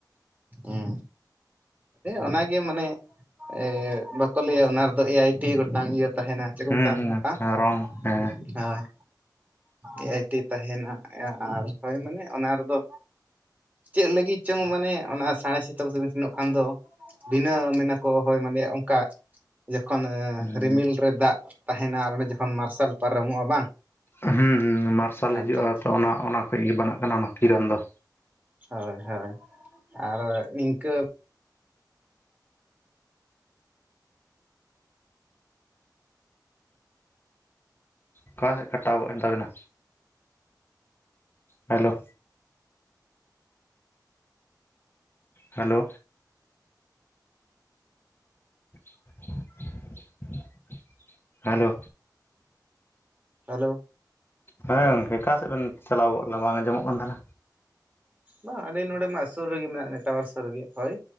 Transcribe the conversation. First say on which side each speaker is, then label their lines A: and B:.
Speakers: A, on the right; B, on the left.
A: ᱩᱸ ᱚᱱᱟᱜᱮ ᱢᱟᱱᱮ ᱮᱸ ᱵᱟᱠᱚ ᱞᱟᱹᱭᱟ ᱚᱱᱟ ᱨᱮᱫᱚ ᱮ ᱟᱭ ᱴᱤ ᱜᱚᱴᱟᱝ ᱤᱭᱟᱹ ᱛᱟᱦᱮᱱᱟ ᱾ ᱪᱮᱫ ᱠᱚ
B: ᱦᱩᱸ
A: ᱢᱮᱛᱟᱜ
B: ᱦᱩᱸ
A: ᱦᱳᱭ
B: ᱨᱚᱝ ᱦᱮᱸ
A: ᱮᱭᱟᱭ ᱴᱤ ᱛᱟᱸᱦᱮᱱᱟ ᱾ ᱟᱨ ᱦᱳᱭ ᱢᱟᱱᱮ ᱚᱱᱟ ᱨᱮᱫᱚ ᱪᱮᱫ ᱞᱟᱹᱜᱤᱫ ᱪᱚᱝ ᱢᱟᱱᱮ ᱚᱱᱟ ᱥᱟᱬᱮᱥ ᱥᱮᱛ ᱛᱮᱵᱚ ᱥᱮᱱᱚᱜ ᱠᱷᱟᱱ ᱫᱚ ᱵᱷᱤᱱᱟᱹ ᱢᱮᱱᱟᱠᱚ ᱦᱳᱭ ᱢᱟᱱᱮ ᱚᱱᱠᱟ ᱡᱚᱠᱷᱚᱱ
B: ᱦᱩᱸ
A: ᱨᱤᱢᱤᱞ ᱨᱮ ᱫᱟᱜ ᱛᱟᱸᱦᱮᱱᱟ ᱟᱨ ᱚᱸᱰᱮ ᱡᱚᱠᱷᱚᱱ ᱢᱟᱨᱥᱟᱞ ᱯᱟᱨᱚᱢᱚᱜᱼᱟ ᱵᱟᱝ
B: ᱦᱩᱸ ᱦᱩᱸ ᱢᱟᱨᱥᱟᱞ
A: ᱦᱮᱸᱛᱚ
B: ᱦᱤᱡᱩᱜᱼᱟ ᱛᱚ ᱚᱱᱟ ᱚᱱᱟ ᱠᱷᱚᱡᱽ ᱜᱮ ᱵᱟᱱᱟᱜ ᱠᱟᱱᱟ ᱚᱱᱟ ᱠᱤᱨᱚᱱ ᱫᱚ᱾
A: ᱦᱳᱭ ᱦᱳᱭ ᱟᱨᱚ ᱱᱤᱝᱠᱟᱹ
B: ᱚᱠᱟ ᱥᱮᱫ ᱠᱟᱴᱟᱣ ᱜᱚᱫ ᱮᱱ ᱛᱟᱵᱤᱱᱟ᱾ ᱦᱮᱞᱳ ᱦᱮᱞᱳ <inaudible> ᱦᱮᱞᱳ
A: ᱦᱮᱞᱳ
B: ᱦᱮᱸ ᱜᱚᱝᱠᱮ ᱟᱠᱟ ᱥᱮᱫ ᱵᱮᱱ ᱪᱟᱞᱟᱣ ᱜᱚᱫ ᱞᱮᱱᱟ? ᱵᱟᱝ ᱟᱸᱡᱚᱢᱚᱜ ᱠᱟᱱ ᱛᱟᱦᱮᱸᱱᱟ᱾
A: ᱵᱟᱝ ᱟᱞᱮ ᱱᱚᱰᱮ ᱢᱟ ᱥᱩᱨ ᱨᱮᱜᱮ ᱢᱮᱱᱟᱜ ᱞᱮᱭᱟ ᱴᱟᱣᱟᱨ ᱥᱩᱨ ᱨᱮᱜᱮ ᱦᱳᱭ᱾